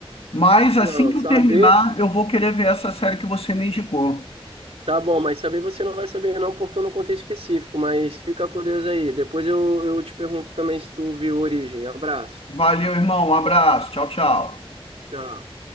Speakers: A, on the left; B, on the right.
A: Mas assim
B: Não,
A: que
B: saber,
A: eu terminar, eu vou querer ver essa série que você me indicou.
B: tá bom, mas saber você não vai saber não, porque eu não contei específico, mas fica com Deus aí. Depois eu, eu te pergunto também se tu viu Origem. Abraço.
A: Valeu, irmão. Um abraço. Tchau, tchau.
B: Tchau.